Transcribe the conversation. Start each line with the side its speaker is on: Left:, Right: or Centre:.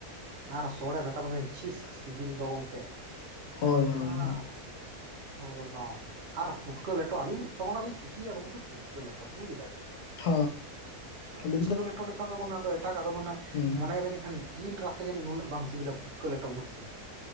Right: ᱟᱨ ᱥᱳᱲᱮ ᱢᱮᱛᱟᱢ ᱠᱟᱱᱟᱹᱧ ᱪᱷᱤᱥ ᱥᱤᱵᱤᱞ ᱫᱚ ᱜᱚᱢᱠᱮ
Left: ᱦᱳᱭ ᱦᱳᱭ
Right: ᱦᱮᱸ
Left: ᱦᱳᱭ
Right: ᱮᱠᱫᱚᱢ ᱟᱨ ᱯᱷᱩᱴᱠᱟᱹ ᱞᱮᱴᱚ ᱟᱹᱞᱤᱧ ᱫᱚ ᱛᱚᱠᱷᱚᱱᱟᱜ ᱞᱤᱧ ᱠᱩᱥᱤᱭᱟᱜᱼᱟ ᱜᱚᱢᱠᱮ ᱯᱩᱴᱠᱟᱹ ᱞᱮᱴᱚ ᱵᱩᱡᱫᱟᱵᱮ
Left: ᱦ ᱦᱮᱸ
Right: ᱯᱩᱴᱠᱟᱹ ᱞᱮᱴᱚ ᱞᱮᱠᱟ ᱫᱚ ᱢᱟᱱᱮ ᱟᱫᱚ ᱮᱴᱟᱜᱟᱜ ᱫᱚ ᱢᱟᱱᱮ
Left: ᱦᱩᱸ
Right: ᱢᱚᱱᱮᱵᱟᱹᱱᱤᱡᱠᱷᱟᱱ ᱡᱤᱞ ᱨᱟᱥᱮ ᱡᱟᱹᱱᱤᱡ ᱩᱱᱟᱹᱜ ᱵᱟᱝ ᱥᱤᱵᱤᱞᱟ ᱯᱩᱴᱠᱟᱹ ᱞᱮᱴᱚ ᱩᱱᱟᱹᱜ ᱥᱤᱵᱤᱞ